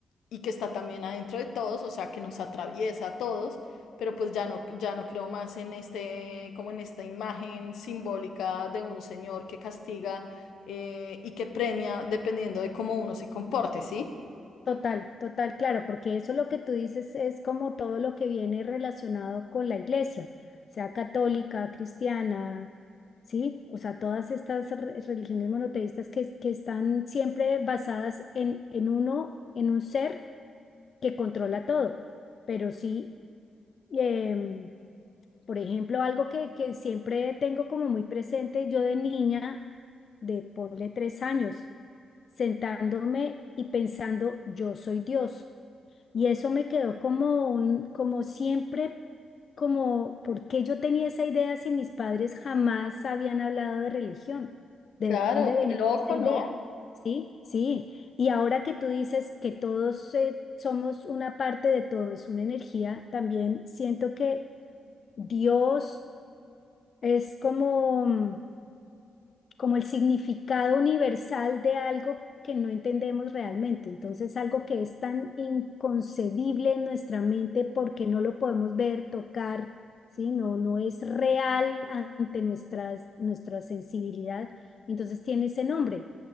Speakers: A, on the left (about 80°); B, on the left (about 55°).
A: y que está también adentro de todos, o sea, que nos atraviesa a todos, pero pues ya no, ya no creo más en este, como en esta imagen simbólica de un señor que castiga eh, y que premia dependiendo de cómo uno se comporte, ¿sí?
B: total, total, claro, porque eso lo que tú dices es como todo lo que viene relacionado con la iglesia, sea católica, cristiana, ¿sí? O sea, todas estas re- religiones monoteístas que, que están siempre basadas en, en uno, en un ser que controla todo, pero sí. em, Por ejemplo, algo que, que siempre tengo como muy presente, yo de niña, de ponle tres años, sentándome y pensando, yo soy Dios. Y eso me quedó como un, como siempre, como, ¿por qué yo tenía esa idea si mis padres jamás habían hablado de religión? ¿De
A: Claro,
B: dónde venía
A: qué loco,
B: esa
A: ¿no?
B: idea? Sí, sí. Y ahora que tú dices que todos eh, somos una parte de todo, es una energía, también siento que Dios es como, mm, como el significado universal de algo que no entendemos realmente. Entonces, algo que es tan inconcebible en nuestra mente porque no lo podemos ver, tocar, ¿sí? No, no es real ante nuestras, nuestra sensibilidad. Entonces, tiene ese nombre,